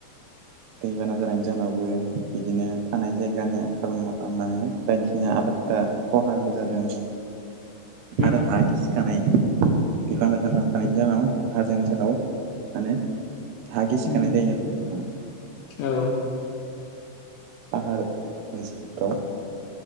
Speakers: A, on the right; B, on the left.
A: दैबाना जानायनि जाहोनावबो बिदिनो थानाय जायगानि आंखाल मा होनो बायदिसिना आबादफोरा खहाबो जादों।
B: <inaudible>
A: आरो हा गिसिखानाय बिफां लाइफां लाइफां दानफायनायनि जाहोनाव हाजोनि ओनसोलाव माने हा गिसिखानाय
B: उम
A: जायो आरो ना नोंथां
B: औ
A: फाहार ओनसोलफ्राव